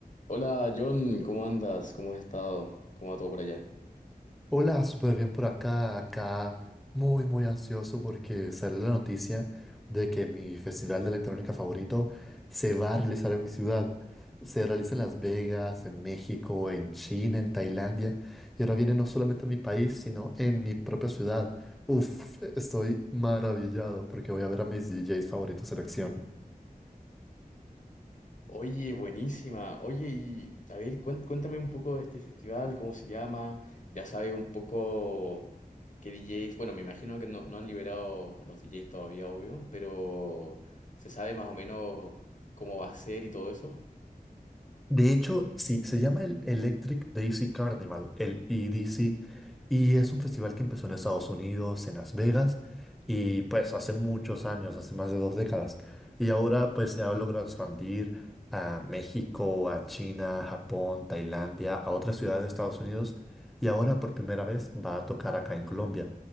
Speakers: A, on the left; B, in the centre.
A: Hola John, ¿cómo andas? ¿Cómo has estado? ¿Cómo va todo por allá?
B: Hola, súper bien por acá, acá muy muy ansioso porque salió la noticia de que mi festival de electrónica favorito se va a realizar en mi ciudad. Se realiza en Las Vegas, en México, en China, en Tailandia y ahora viene no solamente a mi país, sino en mi propia ciudad. Uf, estoy maravillado porque voy a ver a mis DJs favoritos en acción.
A: Oye, buenísima. Oye, y a ver, cuen- cuéntame un poco de este festival, cómo se llama. Ya sabes un poco qué DJs. Bueno, me imagino que no, no han liberado los DJs todavía, obvio, pero ¿se sabe más o menos cómo va a ser y todo eso?
B: De hecho, sí, se llama el Electric Daisy Carnival, el EDC, y es un festival que empezó en Estados Unidos, en Las Vegas, y pues hace muchos años, hace más de dos décadas, y ahora pues se ha logrado expandir a México, a China, Japón, Tailandia, a otras ciudades de Estados Unidos, y ahora por primera vez va a tocar acá en Colombia.